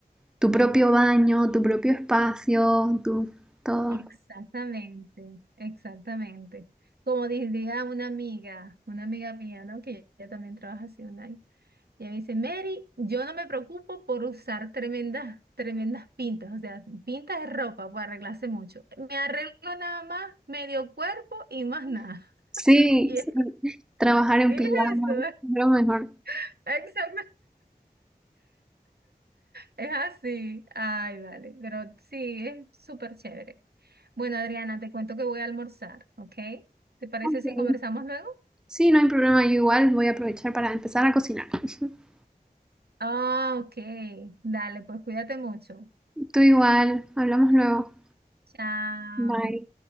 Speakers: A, in the centre; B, on the right.
A: tu propio baño, tu propio espacio, tu todo.
B: Exactamente, exactamente. Como diría una amiga, una amiga mía, ¿no? Que ella también trabaja así online. Y ella me dice, Mary, yo no me preocupo por usar tremendas, tremendas pintas, o sea, pintas de ropa, pues arreglarse mucho. Me arreglo nada más medio cuerpo y más nada. <laughs>
A: Sí,
B: Y
A: sí,
B: es,
A: trabajar en
B: ¿qué
A: pijama
B: es eso?
A: es lo mejor.
B: <laughs> Exactamente. Es así. Ay, vale. Pero sí, es súper chévere. Bueno, Adriana, te cuento que voy a almorzar, ¿ok? ¿Te parece
A: Ok.
B: si conversamos luego?
A: Sí, no hay problema, yo igual voy a aprovechar para empezar a cocinar. <laughs>
B: Ah, ok. Dale, pues cuídate mucho.
A: Tú igual, hablamos luego.
B: Chao.
A: Bye.